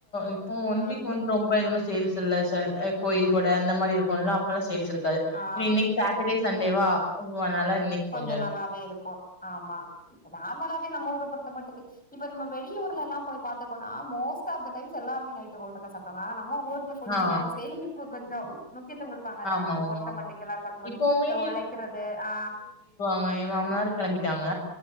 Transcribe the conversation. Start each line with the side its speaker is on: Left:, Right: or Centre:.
Left: இப்போ ஒன்
Centre: ம்
Left: வீக் வன்ட்டு ரொம்ப இது ஒன்னு சேல்ஸ் இல்ல செல் அ கோயில் கொட அந்த மாரி இருக்குல்ல அப்பல்லா சேல்ஸ் இருக் க்காது
Centre: ஆ
Left: ஏன்னா இன்னக்கி சாட்டர்டே சண் டேவா ஒ அதனால இன்னைக்கு
Centre: கொஞ்ச
Left: கொஞ்சம் இருக்கும்.
Centre: நல்லாவே இருக்கு ஆமா நார்மலாவே நம்ம ஊர பொறுத்தமட்டுக்கு இப்ப நம்ம வெளியூர்லல்லா போய் பாத்துருக்கோன்னா மோஸ்ட் ஆஃப் த டைம்ஸ் எல்லாருமே நைட்டு ஹோட்டல்ல சாப்டறாங்க ஆனா நம் ம ஊர்ல கொஞ்சோ
Left: ஆ,
Centre: சேமிப்பு கொஞ்சோ மு க்கியத்துவோ குடுப்பாங்க அதானே
Left: ஆமா,
Centre: நம்ம
Left: ஆமா.
Centre: பொருத்தமட்டுக்கு எல்லாரு பாக்கும்போது
Left: இப்பவுமே
Centre: இந்த உழைக்கிறது ஆ
Left: ங்க என் மாமனாரு கெளம்பிட்டாங்க.